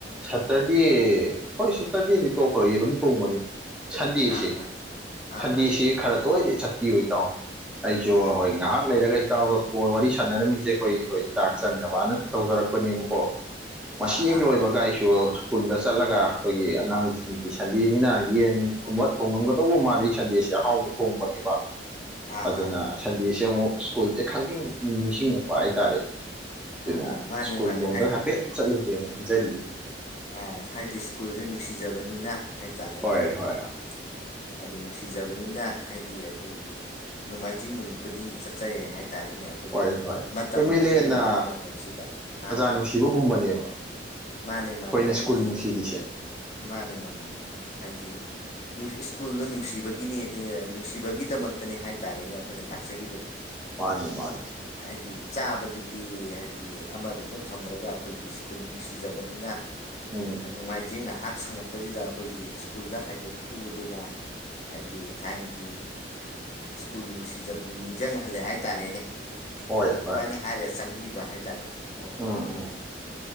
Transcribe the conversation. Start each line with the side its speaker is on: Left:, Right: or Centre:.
Centre: ꯁꯇꯔꯗꯦ ꯍꯣꯏ ꯁꯇꯔꯗꯦꯅꯤ ꯇꯣꯛꯈ꯭ꯔ ꯌꯦ ꯑꯗꯨꯨꯝ ꯊꯣꯡꯕꯅꯤ ꯁꯟꯗꯦꯁꯤ
Left: ꯑꯥ ꯑꯥ ꯑꯥ
Centre: ꯁꯟꯗꯦꯁꯤ ꯈꯔ ꯇꯣꯏꯅ ꯆꯠꯄꯤꯌꯨ ꯇꯥꯑꯣ
Left: ꯑꯥ
Centre: ꯑꯩꯁꯨ
Left: ꯑꯥ
Centre: ꯍꯣꯏ ꯉꯥꯏꯍꯥꯛ ꯂꯩꯔꯒ ꯏꯇꯥꯎꯒ ꯀ ꯋꯥꯔꯤ ꯁꯥꯟꯅꯔꯝꯃꯤꯁꯦ ꯑꯩꯈꯣꯏ ꯍꯣꯏ ꯆꯥꯛ ꯆꯪꯅꯕꯅ ꯇꯧꯖꯔꯛꯄꯅꯦꯕꯀꯣ ꯃꯁꯤ
Left: ꯑꯥ ꯑꯥ
Centre: ꯂꯣꯏꯕꯒꯥꯏꯁꯨ
Left: ꯑꯥ
Centre: ꯁ꯭ꯀꯨꯜꯗ ꯆꯠꯂꯒ ꯑꯩꯈꯣꯏꯒꯤ ꯑꯉꯥꯡꯁꯤꯡꯒꯤ ꯁꯟꯗꯦꯅꯤꯅ ꯌꯦꯟꯒꯨꯝꯕ ꯊꯣꯡꯉꯝꯒꯗꯧꯕ ꯃꯥꯜꯂꯤ ꯁꯟꯗꯦ ꯁꯦ ꯑꯍꯥꯎꯕ ꯊꯣꯡꯕꯅꯦꯕ
Left: ꯑꯥ
Centre: ꯑꯗꯨꯅ
Left: ꯑꯥ
Centre: ꯁꯟꯗꯦꯁꯦ ꯑꯃꯨꯛ ꯁ꯭ꯀꯨꯜꯁꯦ ꯈꯪꯅꯤꯡ ꯅꯤꯡꯁꯤꯡꯉꯛꯄ ꯍꯥꯏꯇꯥꯔꯦ ꯑꯗꯨꯩꯅ
Left: ꯑꯥ ꯑꯥ ꯃꯥꯅꯦ
Centre: ꯁ꯭ꯀꯨꯜ
Left: ꯃꯥꯅꯦ
Centre: ꯂꯣꯝꯗ ꯍꯥꯏꯐꯦꯠ ꯆꯠꯂꯨꯒꯦꯅ ꯈꯟꯖꯔꯤꯌꯦ
Left: ꯑ ꯍꯥꯏꯗꯤ ꯁ꯭ꯀꯨꯜꯁꯦ ꯅꯨꯡꯁꯤꯖꯕꯅꯤꯅ ꯍꯥꯏꯇꯥꯔꯦꯅꯦ
Centre: ꯍꯣꯏ ꯍꯣꯏ
Left: ꯀꯣ ꯍꯥꯏꯗꯤ ꯅꯨꯡꯁꯤꯖꯕꯅꯤꯅ ꯍꯥꯏꯗꯤ ꯑꯩꯈꯣꯏꯒꯤ ꯅꯣꯡꯃꯥꯏꯖꯤꯡ ꯅꯨꯃꯤꯠ ꯈꯨꯗꯤꯡꯒꯤ ꯆꯠꯆꯩ ꯍꯥꯏ ꯍꯥꯏꯇꯥꯥꯔꯦꯅꯦ ꯑꯩꯈꯣꯏꯒꯤ
Centre: ꯍꯣꯏ ꯍꯣꯏ
Left: ꯃꯇꯝ
Centre: ꯑꯦꯝ ꯑꯦꯜ
Left: ꯐ꯭ꯔꯤ
Centre: ꯑꯦꯅ
Left: ꯑꯣꯏꯔꯛꯄ ꯃꯇꯝꯁꯤꯗ ꯑꯥ ꯑꯥ
Centre: ꯅꯨꯡꯁꯤꯕꯒꯨꯝꯕꯅꯦꯕ
Left: ꯃꯥꯅꯦ
Centre: ꯑꯩꯈꯣꯏꯅ
Left: ꯃꯥꯅꯦ ꯍꯥꯏꯗꯤ
Centre: ꯁ꯭ꯀꯨꯜ ꯅꯨꯡꯁꯤꯔꯤꯁꯦ
Left: ꯃꯥꯅꯦ ꯃꯥꯅꯦ ꯍꯥꯏꯗꯤ ꯁ꯭ꯀꯨꯜꯗꯣ ꯅꯨꯡꯁꯤꯕꯒꯤꯅꯤ ꯅꯨꯡꯁꯤꯕꯒꯤꯗꯃꯛꯇꯅꯦ ꯍꯥꯏ ꯇꯔꯦꯅ ꯑꯩꯈꯣꯏꯅ ꯂꯥꯛꯆꯔꯤꯕꯗꯨꯣ
Centre: ꯃꯥꯅꯤ ꯃꯥꯅꯤ
Left: ꯍꯥꯏꯗꯤ ꯆꯥꯕꯗꯨꯗꯤ ꯍꯥꯏꯗꯤ ꯑꯃꯔꯣꯝ ꯅꯠꯇ ꯊꯝꯈ꯭ꯔꯒ ꯑꯩꯈꯣꯏꯒꯤ ꯁ꯭ꯀꯨꯜ ꯅꯨꯡꯁꯤꯖꯕꯅꯤꯅ
Centre: ꯎꯝ
Left: ꯅꯣꯡꯃꯥꯏꯖꯤꯡ ꯅꯥꯏꯍꯥꯛ ꯁꯉꯛꯄꯁꯤꯗ ꯑꯩꯈꯣꯏꯒꯤ ꯁ꯭ꯀꯨꯜꯗ ꯍꯥꯏꯗꯣꯛꯎꯕꯗꯨꯅ ꯍꯥꯏꯗꯤ ꯊꯥꯏꯅꯒꯤ ꯁ꯭ꯀꯨꯜ ꯅꯨꯡꯁꯤꯖꯕꯗ ꯅꯤꯡꯁꯤꯡꯍꯜꯂꯦ ꯍꯥꯏꯇꯥꯔꯦꯅꯦ
Centre: ꯍꯣꯏ
Left: ꯑꯗꯨꯃꯥꯏꯅ
Centre: ꯍꯣꯏ
Left: ꯍꯥꯏꯔꯦ ꯆꯪꯕꯤꯕ ꯍꯥꯏꯇꯥꯔꯦ ꯑꯣ
Centre: ꯎꯝ ꯎꯝ